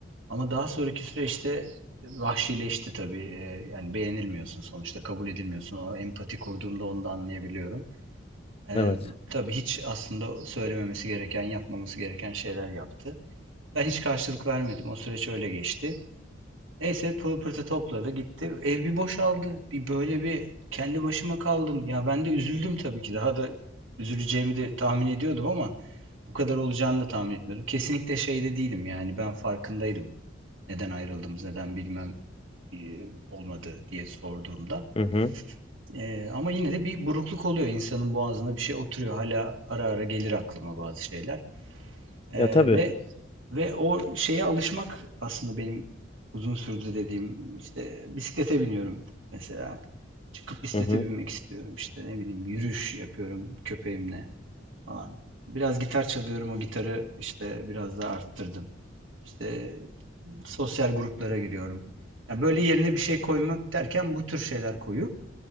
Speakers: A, on the right; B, on the left.
A: Ama daha sonraki süreçte vahşileşti tabii. Eee, yani beğenilmiyorsun sonuçta, kabul edilmiyorsun. O empati kurduğumda onu da anlayabiliyorum. Ee,
B: Evet.
A: tabii hiç aslında söylememesi gereken, yapmaması gereken şeyler yaptı. Ben hiç karşılık vermedim. O süreç öyle geçti. Neyse pılı pırtı topladı gitti. Ev bir boşaldı. Bir böyle bir kendi başıma kaldım. Ya ben de üzüldüm tabii ki. Daha da üzüleceğimi de tahmin ediyordum ama bu kadar olacağını da tahmin etmiyordum. Kesinlikle şeyde değilim yani ben farkındaydım. Neden ayrıldığımız, neden bilmem e, olmadı diye sorduğumda.
B: Hı hı.
A: Ee, ama yine de bir burukluk oluyor. insanın boğazına bir şey oturuyor. Hala ara ara gelir aklıma bazı şeyler. Ee,
B: Ya tabii.
A: ve ve o şeye alışmak aslında benim uzun sürdü dediğim işte bisiklete biniyorum mesela. Çıkıp bisiklete
B: Hı hı.
A: binmek istiyorum işte ne bileyim yürüyüş yapıyorum köpeğimle falan. Biraz gitar çalıyorum o gitarı işte biraz daha arttırdım. İşte sosyal gruplara giriyorum. Ya böyle yerine bir şey koymak derken bu tür şeyler koyup